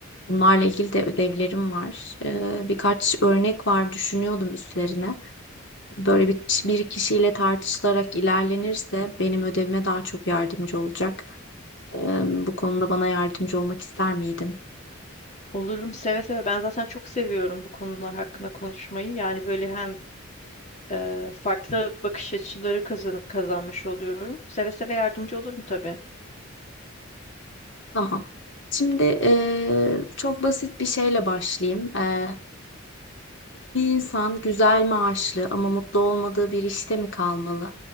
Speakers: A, on the left; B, on the left.
A: Bunlarla ilgili de ödevlerim var. Eee, birkaç örnek var düşünüyordum üstlerine. Böyle bir, bir kişiyle tartışılarak ilerlenirse benim ödevime daha çok yardımcı olacak. Eee, bu konuda bana yardımcı olmak ister miydin?
B: Olurum seve seve. Ben zaten çok seviyorum bu konular hakkında konuşmayı. Yani böyle hem e, farklı bakış açıları kazan kazanmış oluyorum. Seve seve yardımcı olurum tabii.
A: Tamam. Şimdi eee, çok basit bir şeyle başlayayım. Eee, bir insan güzel maaşlı ama mutlu olmadığı bir işte mi kalmalı?